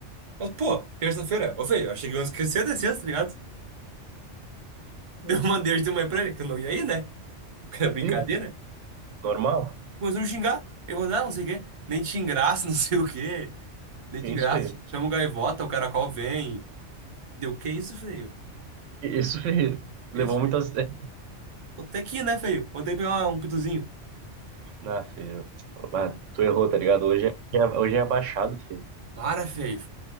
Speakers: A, on the right; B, on the right.
A: Mas, pô, terça-feira. Ô, feio, achei que eu esqueci da sexta, tá ligado? <laughs> Deu uma hoje de manhã pra ele, que eu não ia ir, né? Porque era brincadeira.
B: Sim, normal.
A: Começou a me xingar. Ele falou, não, não sei o quê. Nem te engraça, <laughs> não sei o quê. Nem
B: Que
A: te
B: isso,
A: engraça.
B: feio.
A: Chama o gaivota, o caracol vem. Deu, que isso, feio?
B: Que
A: Que
B: isso,
A: isso?
B: feio.
A: Que
B: Levou
A: isso, feio?
B: muito a sério.
A: Vou ter que ir, né, feio? Vou ter que pegar um pituzinho.
B: Ah, filho. Ah, tu errou, tá ligado? Hoje é, hoje é abaixado, filho.
A: Para, feio.